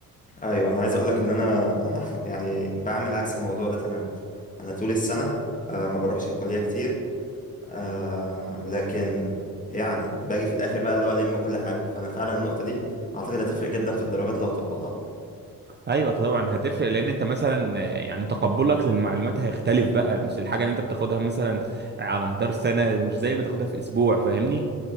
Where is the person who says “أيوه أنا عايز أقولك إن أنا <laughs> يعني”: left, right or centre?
Left